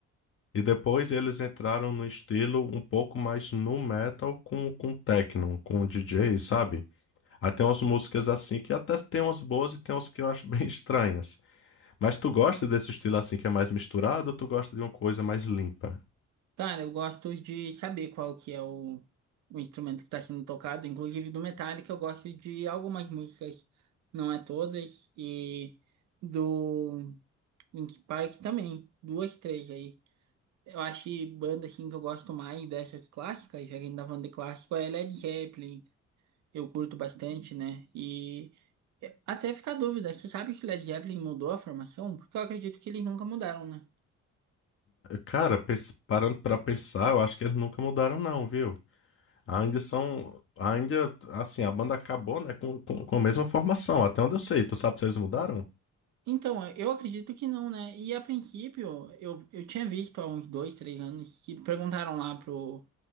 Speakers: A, on the left; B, on the right.
A: E depois eles entraram no estilo um pouco mais nu metal com, com techno, com DJ, sabe? Aí tem umas músicas assim que até tem umas boas e tem umas que eu acho <laughs> bem estranhas. Mas tu gosta desse estilo assim que é mais misturado ou tu gosta de uma coisa mais limpa?
B: Cara, eu gosto de saber qual que é o, o instrumento que tá sendo tocado. Inclusive do Metallica, eu gosto de algumas músicas, não é todas. E do Linkin Park também. Duas, três aí. Eu acho que banda, assim, que eu gosto mais dessas clássicas, já que a gente tá falando de clássico, é Led Zeppelin. Eu curto bastante, né? E até fica a dúvida, você sabe que o Led Zeppelin mudou a formação? Porque eu acredito que eles nunca mudaram, né?
A: Cara, pens- parando pra pensar, eu acho que eles nunca mudaram, não, viu? Ainda são. Ainda, assim, a banda acabou, né, com, com, com a mesma formação, até onde eu sei. Tu sabe se eles mudaram?
B: Então, eu acredito que não, né? E a princípio, eu, eu tinha visto há uns dois, três anos que perguntaram lá pro,